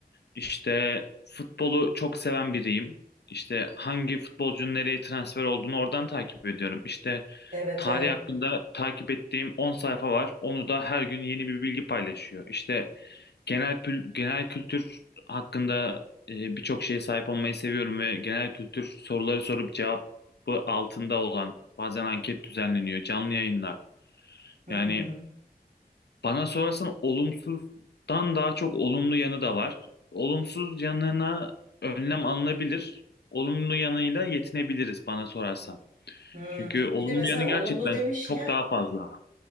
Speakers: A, on the left (about 85°); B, on the right (about 50°).
A: İşte futbolu çok seven biriyim. İşte hangi futbolcunun nereye transfer olduğunu oradan takip ediyorum. İşte
B: Evet
A: tarih
B: evet.
A: hakkında takip ettiğim 10 sayfa var. Onu da her gün yeni bir bilgi paylaşıyor. İşte genel pül- genel kültür hakkında e, birçok şeye sahip olmayı seviyorum ve genel kültür soruları sorup cevabı altında olan bazen anket düzenleniyor, canlı yayınlar.
B: Hı
A: Yani
B: hı.
A: bana sorarsan olumsuzdan daha çok olumlu yanı da var. Olumsuz yanına önlem alınabilir. Olumlu yanıyla yetinebiliriz bana sorarsan.
B: Hı.
A: Çünkü olumlu
B: Bir de mesela
A: yanı gerçekten
B: olumlu demişken
A: çok daha fazla.